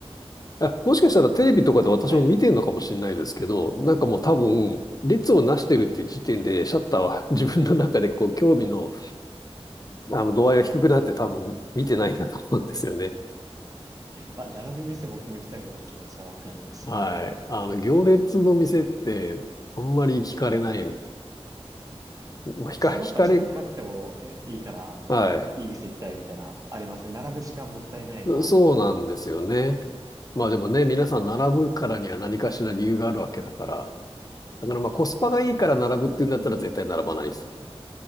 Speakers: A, on the left; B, on the right.
A: え、もしかしたらテレビとかで私も見てんのかもしれないですけど、
B: です。はい。
A: なんかもう多分、列をなしてるっていう時点で、シャッターは自分の中でこう、興味のあの、度合いが低くなって多分見てないんだと思うんですよね。
B: まあ、並ぶ店僕も行きたくない気持ちはわかりますね。
A: はい。あの、行列の店って、あんまり惹かれない。まあ惹か、
B: それだったらちょっと高くてもね、
A: 惹かれ、
B: いいから、
A: はい。
B: いい店行きたいみたいな、ありますね。並ぶ時間もったいないな、
A: そうなんですよね。
B: なんて。
A: まあでもね、皆さん並ぶからには何かしら理由があるわけだから。だからまあコスパがいいから並ぶっていうんだったら絶対並ばないです。